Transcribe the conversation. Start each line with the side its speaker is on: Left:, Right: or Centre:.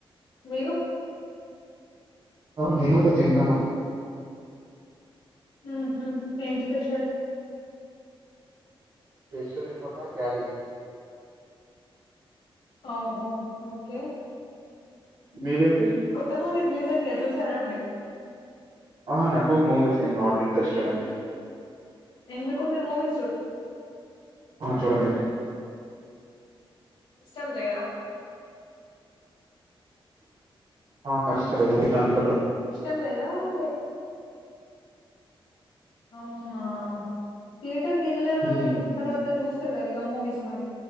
Left: మీరు
Right: ఆ నేన కూడా తిన్నాను
Left: హ్మ హ్మ ఏం స్పెషల్
Right: స్పెషల్ ఏమన్నా క్యాబేజి
Left: ఓహో ఓకే
Right: మీదేం
Left: కొత్త మూవీ రిలీజ్ అయింది కదా చూసారాండి
Right: ఆ నాకు మూవీస్ ఇన్ నాట్ ఇంట్రెస్టెడ్ అండి
Left: ఎందుకు మీరు మూవీ
Right: ఆ చూడను నేను
Left: ఇష్టం లేద
Right: ఆ నక్ ఇష్టం లేదు ఓన్లీ ఫ్యామిలీ
Left: ఇష్టం లేదా లేక అవునా థియేటర్ కెల్లడం
Right: హ్మ్.
Left: తర్వాత చూస్తారు కదా ఇక మూవీస్ మరి